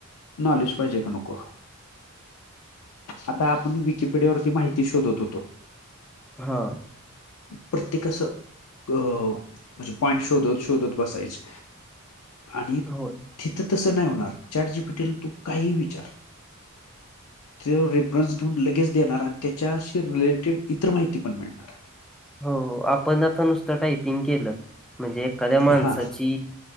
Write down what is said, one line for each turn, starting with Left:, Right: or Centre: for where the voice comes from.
Left: नॉलेज पाहिजे का नको. आता आपण विक पिढ्यावरती माहिती शोधत होतो.
Centre: हा
Left: प्रत्येक असं ग म्हणजे पान शोधत शोधत बसायचे. आणि
Centre: होय.
Left: तिथं तसं नाही होणार चॅट जी पेटीला तू काही विचार. <inaudible> जेवढे रेफरन्स लगेच देणार आणि त्याच्याशी रिलेटेड इतर माहिती पण मिळणार आहे.
Centre: हो आपण आता नुसतं टायपिंग केलं म्हणजे एखाद्या
Left: आहे
Centre: माणसाची
Left: हा